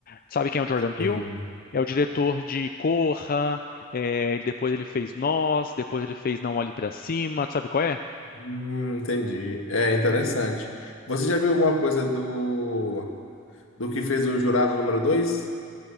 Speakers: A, on the left (about 45°); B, on the left (about 75°).
A: Sabe quem é o Jordan Peele?
B: entendi.
A: É o diretor de Corra, é, depois ele fez Nós, depois ele fez Não Olhe Pra Cima, tu sabe qual é?
B: Hum, entendi. É interessante. Você já viu alguma coisa do, do que fez o jurado número dois